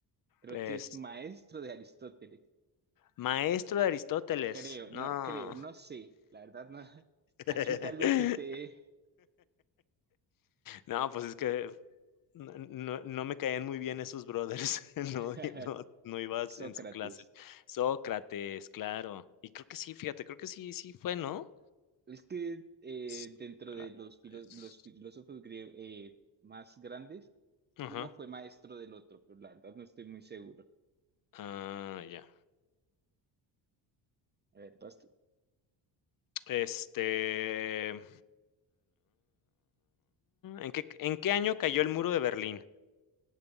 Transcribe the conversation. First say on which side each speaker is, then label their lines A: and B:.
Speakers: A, on the right; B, on the left.
A: creo
B: Es
A: que es maestro de Aristóteles.
B: maestro de Aristóteles.
A: Creo,
B: No.
A: no, creo, no sé. La verdad, no. <laughs>
B: <laughs>
A: Aquí tal vez esté
B: No, pues es que no, no- no me caían muy bien esos brothers. <laughs>
A: <laughs>
B: No, no, no ibas
A: Sócrates.
B: en su clase. Sócrates, claro. Y creo que sí, fíjate, creo que sí, sí fue, ¿no?
A: Es que eh,
B: Sócrates.
A: dentro de los, filo- los filósofos griegos más grandes,
B: Ajá.
A: uno fue maestro del otro, pero la verdad no estoy muy seguro.
B: Ah, ya.
A: A ver, vas tú.
B: Este. eh, ¿En qué, en qué año cayó el muro de Berlín?